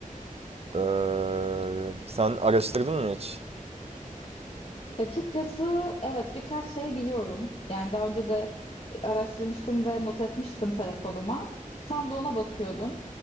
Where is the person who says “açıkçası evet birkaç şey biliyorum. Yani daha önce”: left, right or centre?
Left